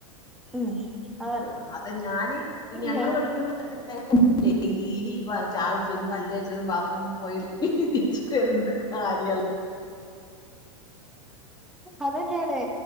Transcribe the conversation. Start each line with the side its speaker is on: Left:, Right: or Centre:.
Centre: ഉം അതറിയും
Left: ആ അതാ ഞാന് ഞങ്ങള്ൾ
Centre: ഞാ
Left: പഠിക്കുമ്പ അ ഡെയിലി ഈപറ ചായുട്ച്ചതും പല്ലേച്ചതും ബാത്റൂം പോയതും എന്ത് കാര്യള്ളെ
Centre: ഉ അതെ ന്നെയാണേ